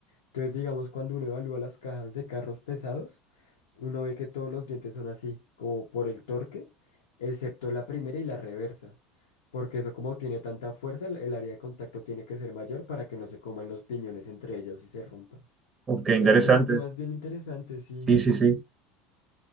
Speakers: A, on the left; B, on the right.
A: Entonces, digamos, cuando uno evalúa las cajas de carros pesados, uno ve que todos los dientes son así, como por el torque, excepto la primera y la reversa. Porque eso como tiene tanta fuerza, el el área de contacto tiene que ser mayor para que no se coman los piñones entre ellos y se rompan.
B: Ok,
A: E-
B: interesante.
A: ese ese tema es bien interesante, sí.
B: Sí, sí, sí.